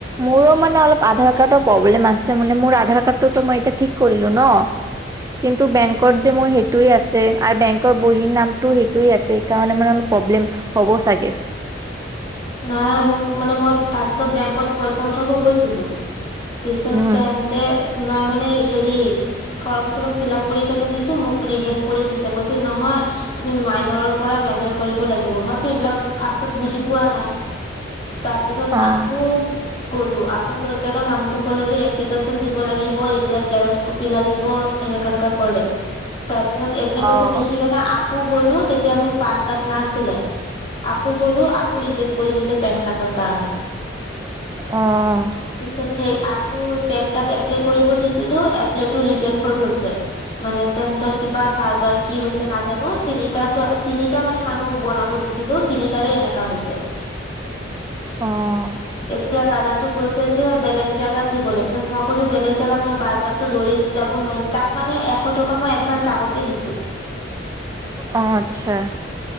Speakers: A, on the right; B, on the left.
A: মোৰো মানে অলপ আধাৰ কাৰ্ডৰ প্ৰব্লেম আছে মানে মোৰ আধাৰ কাৰ্ডটো টু মই এতিয়া ঠিক কৰিলো ন।
B: <inaudible>
A: কিন্তু বেংকত
B: উম
A: যে মোৰ সেইটোয়ে আছে আৰু বেং বহীৰ নামটো সেইটোয়ে আছে সেই কাৰণে মানে অলপ প্ৰব্লেম হ'ব চাগে।
B: নাই মোক মানে মই ফাষ্টত বেংকত পইচা উঠাব গৈছিলো। পিছত
A: উম,
B: তেন্তে মই মানে হেৰি ফৰম-চৰম ফিলাপ কৰি কিনে দিছো মোক ৰিজেক্ট কৰি দিছে কৈছে নহয়। তুমি মাইনৰৰ পৰা মেজৰ কৰিব লাগিব। মইতো এইবিলাক ফাষ্টত বুজি পোৱা নাই। তাৰপিছত
A: অ'।
B: আকৌ গ'লো আকৌ গৈ কেনে মানুহটো কলে যে এপ্লিকেচন দিব লাগিব এইবিলাক জেৰক্স কপি লাগিব এনেকা, এনেকা কলে তাৰপিছত এপ্লিকেচন
A: অ'।
B: লিখি কেনে আক কৌ গলো তেতিয়া মোৰ পানকাৰ্ড নাছিলে আকৌ গলো আকৌ ৰিজেক্ট কৰি দিলে পেনকাৰ্ডৰ কাৰণে
A: অ'।
B: পিছত সেই আকৌ পেনকাৰ্ড এপ্লে কৰিব দিছিলো এপ্লেটো ৰিজেক্ হৈ গৈছে। মানে তেহেতৰ কিবা চাৰ্ভাৰ কি হৈছে নাজানো তিনিটা চোৱা তিনিটা মানে মানুহ বনাব দিছিলো। তিনিটাৰে এনেকুৱা হৈছে।
A: অ'।
B: এতিয়া দাদাটো কৈছে যে বেলেগ জাগাত দিবলৈ পিছত মই কৈছো বেলেগ জাগাত মই বাৰ বাৰতো দৌৰি যাব নোৱাৰিম তাক মানে এক এশ টকা মই এডভা্ঞ্চ আগতে দিছোঁ।
A: অ, আচ্ছা।